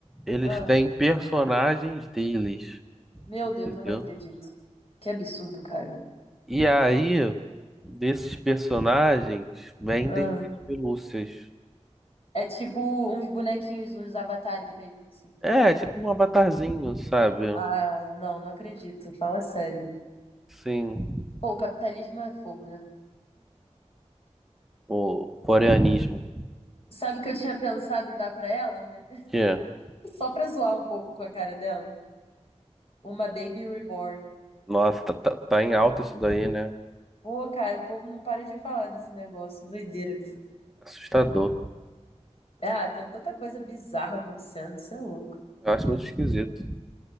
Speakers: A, in the centre; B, on the left.
A: eles
B: Ah,
A: têm personagens deles,
B: meu
A: entendeu?
B: Deus, eu não acredito. Que absurdo, cara.
A: E aí, desses personagens, vendem
B: Ah,
A: as pelúcias.
B: é tipo uns bonequinhos, uns avatares mesmo, assim.
A: É, tipo um avatarzinho, sabe?
B: Ah, não, não acredito. Fala sério.
A: Sim,
B: Pô, o capitalismo é fogo, né?
A: o coreanismo.
B: Sabe que eu tinha pensado em dar pra ela,
A: Que é.
B: <laughs> Só pra zoar um pouco com a cara dela. Uma Baby Reborn.
A: Nossa, tá, tá, tá em alta isso daí, né?
B: Pô, cara, o povo não para de falar desse negócio, doideira.
A: Assustador.
B: Ah, tem tanta coisa bizarra acontecendo, isso é louco.
A: Eu acho muito esquisito.